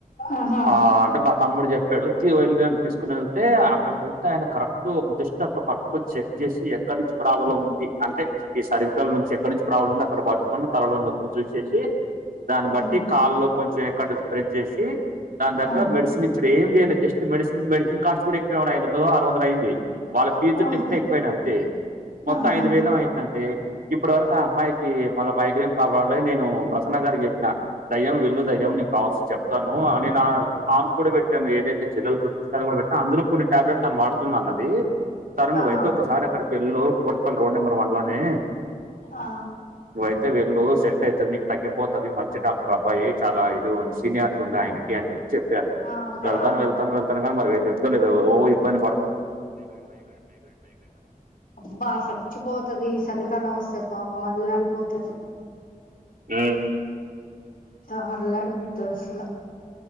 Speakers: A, on the left; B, on the right.
A: ఆహా
B: ఆ అంటే మా తమ్ముడు చెప్పాడు వె తీసుకుని వెళ్తే అక్కడ చతే ఆయన కరెక్ట్ ఒక జస్ట్ అట్లా పట్టుకొని చెక్ చేసి ఈ ఎక్కడి నుంచి ప్రాబ్లం ఉంది అంటే ఈ సరికల నుంచి ఎక్కడ నుంచి ప్రాబ్లం ఉంది అక్కడ పట్టుకుని తలలో నొక్కి చూసేసి దాన్ని
A: ఉమ్
B: బట్టి కాల్లో కొంచెం ఎక్కడ స్ప్రెడ్ చేసి దాని దగ్గ
A: ఆ
B: మెడిసిన్ ఇచ్చుడు ఏం చేయలేదు జస్ట్ మెడిసిన్ మెడిసిన్ కాస్ట్ కూడా ఎక్వై ఐదందలో ఆరు వందలో అయింది వాళకు <unintelligible>
A: ఆహా
B: పోయిన అంతే
A: ఆహా
B: మొత్తం ఐదు వేలేమో అయిందండి ఇప్పటి వరకు ఆ అమ్మాయికి మళ్ళ మైగ్రైన్ ప్రాబ్లం లేదు నేను ప్రసన్న గారికి చెప్పిన దయ్యం వెల్లు దయ్యం నీకు కావసిన చెప్తాను అనిన ఆ ఫామ్ కూడా పెట్టాం ఏదైతే చెల్లలు కూడా పెట్టాం అందులో కొన్ని టాబ్లెట్స్ తను వాడుతుంది అన్నది తరు నువ్వు
A: ఆ ఆహా
B: ఐతే ఒకసారి అక్కడికి వెళ్లు Kukatpally road number one ల నీ
A: ఆ
B: నువ్వయితే వెళ్ళు సెట్ ఐతది నీకు తగ్గిపోతది మం చి డాక్టర్ అబ్బాయి చాలా ఇది సీనియర్టీ ఉంది ఆయనకి అని చెప్పి చెప్పాను
A: ఆ
B: వెళ్తాను
A: ఆ
B: వెళ్తాను వెళ్తాను గానీ మరి ఎదుద్దో లేదో ఓ ఇబ్బని పడు
A: అబ్బా సచ్చిపోతది ఈ సలికాలం వస్తే పాపం అల్లాడి పోతది
B: ఊ
A: చ అల్లాడి పోతది అసలు